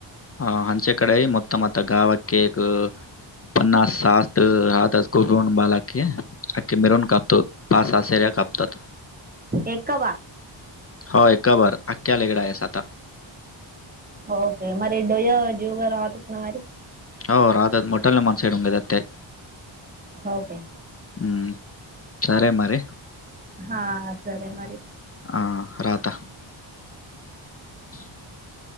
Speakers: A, on the left (about 30°); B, on the right (about 20°).
A: हह अंचेेकडे मत मत गावाक एक. पन्नास सात राहातास कोून बा ला के. अख्खे मिरून कापतो पासा आशेऱ्या कापतात.
B: एकवा.
A: होय कबर आख्ख्या लेगडा आहेस आता.
B: ओके मरी डोय जुगर आकतना मरी.
A: हो रा आ मोटल न मन सईड उंगैेात ते
B: हो का?
A: हम्म सारे मर
B: हा सरे मरी
A: ह राता <inaudible>